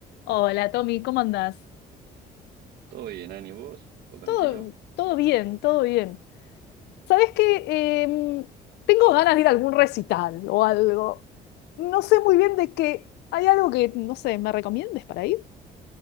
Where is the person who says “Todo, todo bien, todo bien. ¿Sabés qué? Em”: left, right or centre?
Left